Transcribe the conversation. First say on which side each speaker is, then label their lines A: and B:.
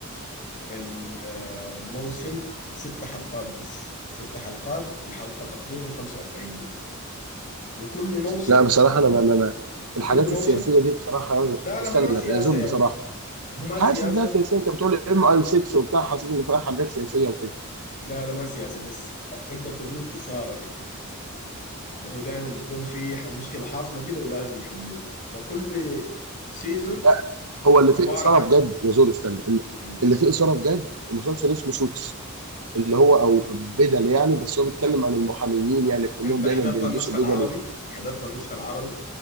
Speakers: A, on the left; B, on the right.
A: الموسم ست حلقات بس ست حلقات الحلقة تقريبا 45 دقيقة وكل موسم
B: لا بصراحة أنا ما ما ما-
A: وكل
B: الحاجات
A: موسم
B: السياسية دي بصراحة
A: لا لا
B: استنى
A: هو ما سياسة
B: يزول
A: يا
B: بصراحة
A: عم. هو ما
B: حاسس
A: سياسة
B: إنها سياسية أنت بتقول ام أي 6 وبتاع حاسس إن فيها حاجات سياسية وكده
A: لا لا ما سياسة بس تقدر تقول إثارة كده اللي هو دايما بيكون في ح- مشكلة حاصلة كده ولازم يحلوها فكل سيزون
B: لا هو اللي
A: عبارة
B: فيه إثارة
A: عن
B: بجد يزول استنى
A: مم.
B: اللي فيه إثارة بجد مسلسل اسمه سوتس اللي هو أو بدل يعني بس هو بيتكلم عن المحاميين يعني كلهم
A: انت
B: دايما
A: حضرت
B: بيلبسوا
A: النسخة العربي
B: بدل وكده
A: حضرت النسخة العربي